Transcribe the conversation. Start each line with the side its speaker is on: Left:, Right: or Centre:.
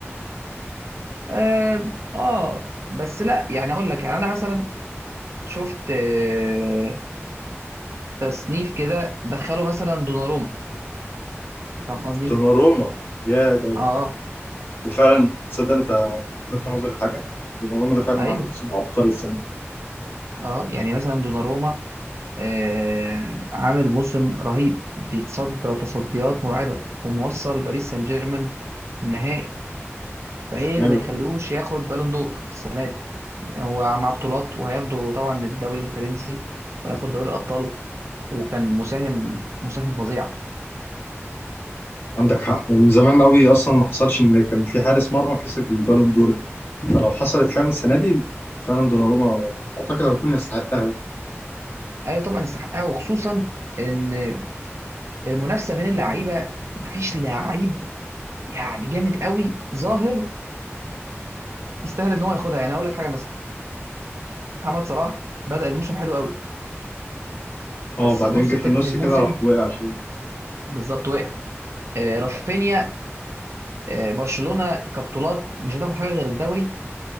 Right: اه آه، بس لا يعني اقول لك يعني انا مثلا شفت آه، تصنيف كده دخلوا مثلا دوناروما فاهم قصدي
Left: دوناروما يا ده
Right: اه
Left: ده فعلا تصدق انت لفت نظري لحاجه دوناروما ده فعلا
Right: ايوه
Left: عامل موسم عبقري السنه دي
Right: اه يعني مثلا دوناروما آه، عامل موسم رهيب بيتصدى تصديات مرعبه وموصل باريس سان جيرمان نهائي فايه اللي
Left: ايوه
Right: ما يخليهوش ياخد بالون دور السنه دي يعني هو مع بطولات وهياخده طبعا الدوري الفرنسي وهياخد دوري الابطال وكان مساهم مساهمه فظيعه
Left: عندك حق ومن زمان قوي اصلا ما حصلش ان كان في حارس مرمى كسب البالون دور دي فلو حصلت فعلا السنه دي فعلا دوناروما اعتقد هيكون يستحقها
Right: ايوه طبعا يستحقها وخصوصا ان المنافسه بين اللعيبه مفيش لعيب يعني جامد قوي ظاهر يستاهل ان هو ياخدها يعني اقول لك حاجه مثلا محمد صلاح بدأ الموسم حلو قوي
Left: اه
Right: بس
Left: وبعدين
Right: النص
Left: جه
Right: التاني
Left: في النص
Right: من الموسم
Left: كده راح وقع شويه
Right: بالظبط وقع آه، رافينيا آه، برشلونه كبطولات مش هتاخد حاجه غير الدوري